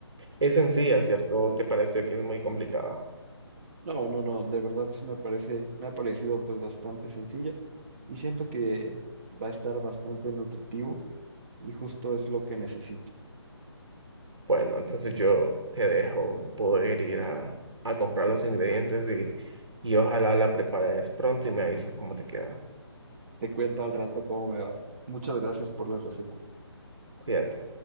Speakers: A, on the right; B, on the right.
A: Es sencilla, ¿cierto? ¿Te pareció que es muy complicada?
B: No, no, no, de verdad sí me parece, me ha parecido pues bastante sencillo y siento que va a estar bastante nutritivo y justo es lo que necesito.
A: Bueno, entonces yo te dejo poder ir a, a comprar los ingredientes y, y ojalá la prepares pronto y me avisas cómo te queda.
B: Te cuento al rato cómo me va. Muchas gracias por la receta.
A: Cuídate.